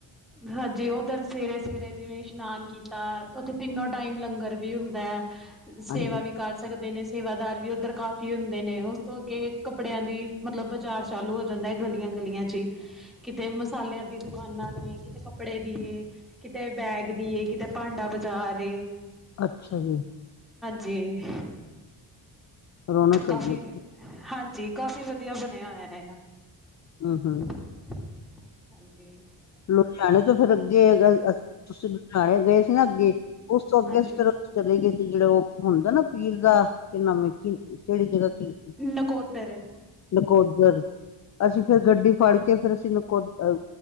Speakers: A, in the centre; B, on the left (about 35°).
A: ਹਾਂਜੀ ਓਧਰ ਸਵੇਰੇ -ਸਵੇਰੇ ਜਿਵੇਂ ਇਸ਼ਨਾਨ ਕੀਤਾ ਉਥੇ ਤਿੰਨੋ ਟਾਈਮ ਲੰਗਰ ਵੀ ਹੁੰਦਾ। ਸੇਵਾ
B: ਹਾਂਜੀ।
A: ਵੀ ਕਰ ਸਕਦੇ ਨੇ ਸੇਵਾਦਾਰ ਵੀ ਉੱਧਰ ਕਾਫੀ ਹੁੰਦੇ ਨੇ, ਉਸ ਤੋਂ ਅੱਗੇ ਕੱਪੜਿਆਂ ਦੀ ਮਤਲਬ ਬਾਜ਼ਾਰ ਚਾਲੂ ਹੋ ਜਾਂਦਾ ਹੈ ਗਲੀਆਂ-ਗਲੀਆਂ ਚ। ਜੀ। ਕਿਤੇ ਮਸਾਲਿਆਂ ਦੀ ਦੁਕਾਨਾਂ ਨੇ ਕਿਤੇ ਕੱਪੜੇ ਦੀਈਏ ਕਿਤੇ ਬੈਗ ਦੀਈਏ ਕਿਤੇ ਭਾਂਡਾ ਬਜ਼ਾਰ ਏ।
B: ਅੱਛਾ ਜੀ।
A: ਜੀ
B: ਰੌਣਕ
A: ਕਾਫੀ
B: ਹੈਗੀ ਉੱਥੇ
A: ਹਾਂਜੀ ਕਾਫ਼ੀ ਵਧੀਆ ਬਣਿਆ ਹੋਇਆ ਆ।
B: ਹੂੰ- ਹੂੰ।
A: <inaudible>
B: ਲੁਧਿਆਣੇ ਤੋਂ ਫਿਰ ਅੱਗੇ ਅਗਰ ਤੁਸੀਂ ਲੁਧਿਆਣੇ ਗਏ ਸੀ ਨਾ ਅੱਗੇ ਉਸ ਤੋਂ ਅੱਗੇ
A: ਹਾਂਜੀ
B: ਫਿਰ ਚਲੇ ਗਏ ਸੀ ਜਿਹੜੇ ਉਹ ਹੁੰਦਾ ਨਾ ਪੀਰ ਦਾ ਕਿ ਨਵੇਂ <unintelligible> ਕੇੜੀ ਜਗ੍ਹਾ ਤੇ?
A: ਨਕੋਦਰ।
B: ਨਕੋਦਰ। ਅਸੀਂ ਫਿਰ ਗੱਡੀ ਫੜ ਕੇ ਫਿਰ ਅਸੀਂ ਨਕੋ ਅ